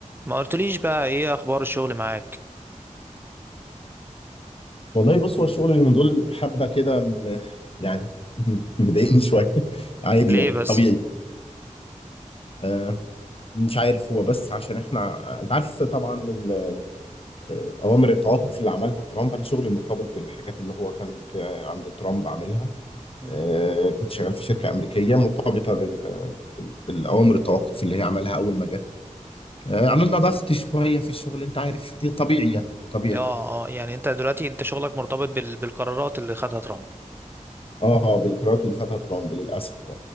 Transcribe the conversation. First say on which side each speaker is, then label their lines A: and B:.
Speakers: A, on the right; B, on the left.
A: ما قلتليش بقى ايه اخبار الشغل معاك
B: والله بص هو الشغل اللي من دول حبه كده م- يعني <laughs> مضايقني شويه عادي
A: ليه
B: يعني
A: بس
B: طبيعي آه مش عارف هو بس عشان احنا انت عارف طبعا ال- آه، اوامر التوقف اللي عملها ترامب انا شغلي مرتبط بالحاجات اللي هو كانت آه، عند ترامب عاملها
A: مم.
B: آه كنت شغال في شركه امريكيه مرتبطه بال... بال- بالاوامر التوقف اللي هي عملها اول ما جه آه عملنا ضغط شويه في الشغل انت عارف دي طبيعي يعني طبيعي
A: اه اه يعني انت دلوقتي انت شغلك مرتبط بال... بالقرارات اللي خدها ترامب
B: اه بالقرارات اللي خدها ترامب للاسف